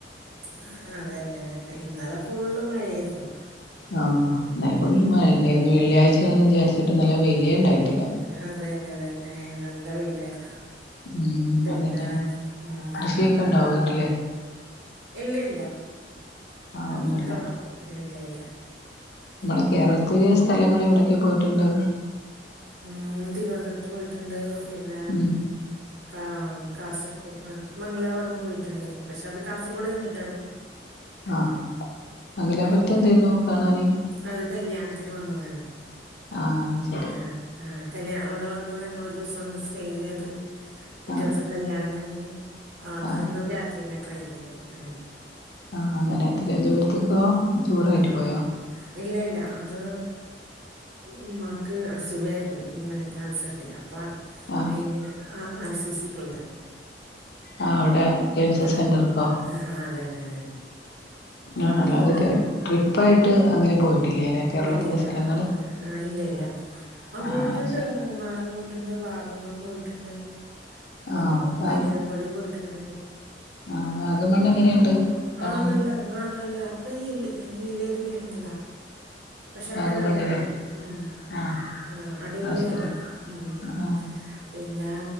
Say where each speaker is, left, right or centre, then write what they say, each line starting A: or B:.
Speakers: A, on the right; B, on the left.
A: ആ അതന്നെ അതന്നെ ഇന്നലെ ഫുള്ള് മഴര്ന്ന്
B: ആ ഇന്നലെ ഫുള്ള് മഴനേര്ന്നു വെള്ളിയാചെന്ന്
A: ആഹ്
B: വിചാരിച്ച്ട്ട് ഇന്നലെ വെയ്ലെ ഇണ്ടായ്ട്ടില്ല
A: ആ അതന്നെ അതന്നെ നല്ല വെയ്ലാര്ന്നു
B: ഉം
A: പിന്നെ
B: അതന്നെ
A: ഉം
B: കൃഷിയൊക്കെ ഉണ്ടോ വീട്ടില്
A: എല്ല് ഇല്ല
B: ആഹ്
A: അങ്ങൻത്തോ
B: ഒന്നുല്ല
A: എല്ല് ഇല്ല
B: നമ്മള്
A: ഉം
B: കേരളത്തില്
A: നി
B: സ്ഥലങ്ങള് എവടക്കെ പോയിട്ട്ണ്ട്
A: ഉം തിരുവൻന്തരത്ത് പോയിട്ട്ണ്ട് പിന്നെ
B: ഉം
A: കാ കാസർകോ മംഗലാപുരം പോയിട്ട്ണ്ട് പക്ഷെ അത് കാസർഗോഡ് കയ്ഞ്ഞ്ട്ടാണ്
B: ആ മങ്കിലാപുരത്ത്
A: പിന്നെ
B: എന്തെര്ന്നു കാണാന്
A: അത് കല്യാണ്ത്തിന് വന്നതാണ്
B: ആഹ് അത് ശരി
A: ആ ആ കല്യാ അവടെ വന്ന് ഞങ്ങ ഒരു ദിവസം ഒന്ന് സ്റ്റേ ചെത് പിറ്റേസം
B: ആഹ്
A: കല്യാണം കഴിഞ്ഞ് ആ
B: ആഹ്
A: അന്ന് രാത്രിന്നെ ട്രെയിൻ കേറി അങ്ങനെ
B: ആഹ് അങ്ങനെ തിരുവനന്തപുരത്തേക്കോ
A: ഉം
B: ടൂറായിട്ട്
A: ആ
B: പോയോ
A: ഇല്ല ല്ല അത് ഉമ്മാക്ക് സുഖാര്ന്ന് ഇങ്ങനെ ക്യാൻസറിന്റെ അപ്പാ
B: ആഹ്
A: അയ്ന് ആ ആർ സി സി പോളിതാണ്
B: ആഹ് അവിടെ ക്യാൻസർ
A: ആ
B: സെന്റർക്കോ
A: അ അതന്നെ തന്നെ പ്പാ
B: ആഹ്
A: അവടെ
B: അല്ലാതെ
A: നിന്ന്
B: ട്രിപ്പായിട്ട് അങ്ങനെ പോയിട്ടില്ലേല്ലേ കേരളത്തിലെ
A: പോയ്ട്ടില്ല
B: സ്ഥലങ്ങള്
A: ആ ആ ഇല്ലല്ല
B: ആഹ്
A: ആ
B: ആഹ്
A: പോയ്ട്ട്ണ്ട്
B: അത് ശരി
A: മൂന്നാറ് പോയിട്ട്ണ്ട് വാഗമ്മം പോയിട്ട്ണ്ട് ആ
B: ആഹ് വാഗ്
A: നെലിയാമ്പതി പോയ്ട്ട്ണ്ട്
B: ആഹ് വാഗമണ്ണ് എങ്ങനെയുണ്ട് കാണാന്
A: ആ നല്ല ആ നല്ലാ അക്കെ ഹീ ഹീലേറിയെണുള്ള പശേ ഒക്കെ
B: വാഗമണ്ണില്
A: നല്ലതാണ് ഉം
B: ആഹ്
A: ആ അടിപൊളിയാണ്
B: അത് ശരി
A: ഉ ഉം
B: ആഹ്
A: പിന്നെ